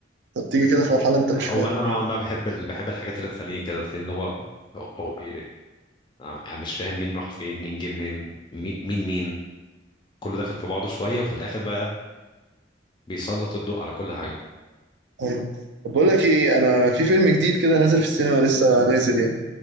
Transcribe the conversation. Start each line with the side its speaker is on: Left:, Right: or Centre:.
Right: انت بتيجي كده في مرحله انت
Left: هو
Right: مش فاهم
Left: انا نوعا ما بحب ال... بحب الحاجات اللي تخليني كده تخليني اللي هو هو آه، انا مش فاهم مين راح فين مين جه منين مين مين مين كله داخل في بعضه شويه وفي الاخر بقى بيسلط الضوء على كل حاجه
Right: ايوه طب بقول لك ايه انا في فيلم جديد كده نازل في السينما لسه نازل يعني